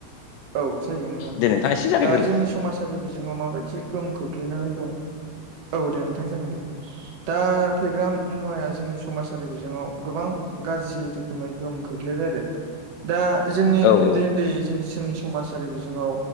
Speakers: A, on the right (about 50°); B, on the left (about 80°).
A: औ जायो नोंथां
B: दे नोंथाङा एसे जागायग्रोलाय
A: दा जोंनि समाजारि बिजोङाव माबायदि गोहोम खोख्लैनानै दं। औ दे नोंथां जागोन दे दा फेनग्रा मुवाया जोंनि समाजारि बिजोङाव गोबां गाज्रि रोखोमै गोहोम खोख्लैबाय। आरो दा जोंनि
B: औ
A: उन्दै
B: औ
A: उन्दै जों जोंनि समाजारि बिजोङाव